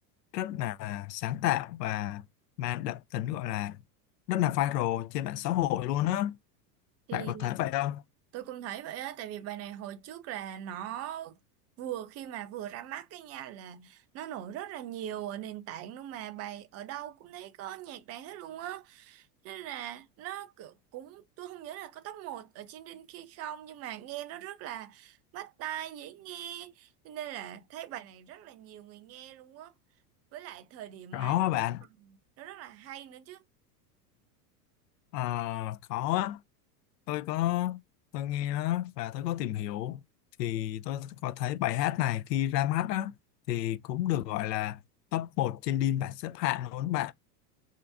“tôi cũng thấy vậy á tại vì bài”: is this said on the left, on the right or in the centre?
Right